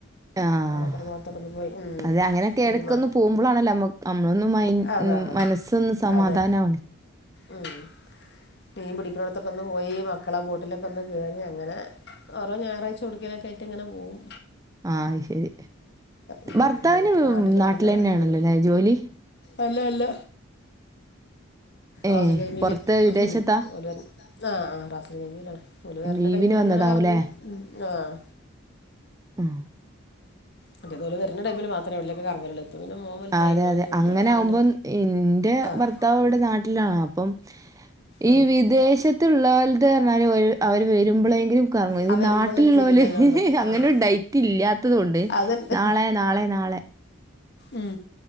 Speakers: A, on the right (about 15°); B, on the left (about 50°).
A: ആഹ്
B: അത് പറഞ്ഞു ഇടുത്തോണ്ട് പോയി
A: അതെ അങ്ങനെയൊക്കെ എടക്കൊന്ന്
B: നിമാ
A: പോകുമ്പളാണല്ലോ നമ്മ നമ്മളൊന്ന് മൈ
B: അതാണ്.
A: ഉം മനസ്സൊന്ന് സമാധാനാവണ്
B: അതെ ഉം മീൻ പിടിക്കുന്നൊടത്തൊക്ക ഒന്ന് പോയി മക്കളെ ബോട്ടിലൊക്കെ ഒന്ന് കേറി അങ്ങനെ ഓരോ ഞായറാഴ്ച ഉടുക്കലൊക്കെ ആയിട്ട് ഇങ്ങനെ പോവും.
A: ആഹ് ശരി
B: ഉം.
A: ഭർത്താവിന്
B: ഇതൊക്കെ
A: നാട്ടിൽ
B: വരേണ്ട
A: തന്നെയാണല്ലോ
B: ടൈം
A: അല്ലെ ജോലി?
B: അല്ല അല്ല
A: ഏഹ്
B: റാസൽ ഖൈമയില്.
A: പൊറത്ത് വിദേശത്താ
B: ഓല് ആഹ് ആഹ് റാസൽ ഖൈമയിലാണ് ഓല് വരണ്ട
A: ലീവിന്
B: ടൈമിൽ
A: വന്നതാവൂല്ലേ
B: ഇങ്ങനെ കറങ്ങും. ഉം ആഹ്
A: ഉം
B: മറ്റേപോലെ വരുന്ന ടൈമിൽ മാത്രമേ ഉള്ളെ കറങ്ങുള്ളു പിന്നെ മോന് വലുതായി
A: അതെ അതെ
B: ജോലിയായപ്പോ
A: അങ്ങനെ ആകുമ്പം
B: പിന്നെ
A: എന്റെ
B: ആഹ്
A: ഭർ ഭർത്താവ് ഇവിടെ നാട്ടിലാണ് അപ്പം ഈ
B: ഉം
A: വിദേശ ത്തുള്ളന്ന് കാലത്ത് പറഞ്ഞാൽ അവര് വരുമ്പോളെങ്കിലും
B: ആ വരുമ്പോള്ളൊരു
A: നാട്ടിലുള്ള
B: ജീവിതല്ലേ
A: ഓല്
B: ഉള്ളൂ
A: അങ്ങനെ
B: അതെ
A: ഒരു ഡൈറ്റ് ഇല്ലാത്തതോണ്ട്
B: അതന്നെ
A: നാളെ നാളെ നാളെ <inaudible>
B: ഉം